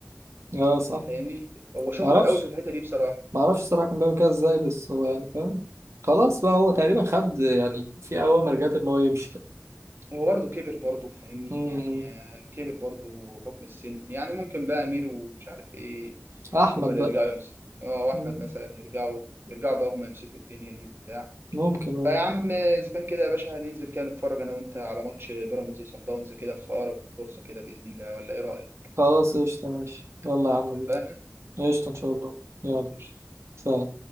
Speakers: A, on the right; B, on the right.
A: أه
B: يعني
A: صح
B: فاهمني هو شاطر
A: معرفش
B: قوي في الحته دي بصراحه
A: معرفش الصراحة كان بيعمل كده إزاي بس هو يعني فاهم خلاص بقى هو تقريبا خد يعني في أوامر جات إن هو يمشي كده
B: هو برضه كبر برضه فاهمني
A: أمم.
B: يعني آه، كبر برضه حكم السن يعني ممكن بقى امير ومش عارف ايه
A: أحمد
B: هما اللي
A: بقى
B: يرجعوا يمسكوا اه واحمد
A: أمم.
B: مثلا يرجعوا يرجعوا بقى هما يمسكوا الدنيا دي وبتاع
A: ممكن أه.
B: فيا عم اذا كان كده يا باشا هننزل كده نتفرج انا وانت على ماتش بيراميدز وصن داونز كده في اقرب فرصه كده باذن الله ولا ايه رايك؟
A: خلاص قشطة ماشي يلا يا عم
B: اتفقنا؟
A: بينا قشطة إن شاء الله يلا
B: قشطة.
A: سلام